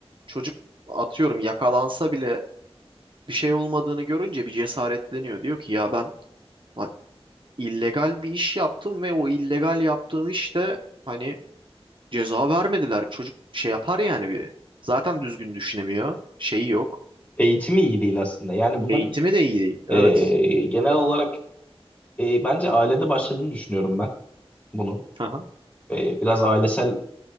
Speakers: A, on the right (about 50°); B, on the left (about 15°).
A: çocuk atıyorum yakalansa bile bir şey olmadığını görünce bir cesaretleniyor. Diyor ki ya ben lan illegal bir iş yaptım ve o illegal yaptığım işte hani ceza vermediler. Çocuk şey yapar yani bir. Zaten düzgün düşünemiyor. Şeyi yok.
B: Eğitimi iyi değil aslında. Yani bunların
A: Eğitimi de iyi değil.
B: e,
A: Evet.
B: genel olarak e, bence ailede başladığını düşünüyorum ben bunun.
A: Aha.
B: E, biraz ailesel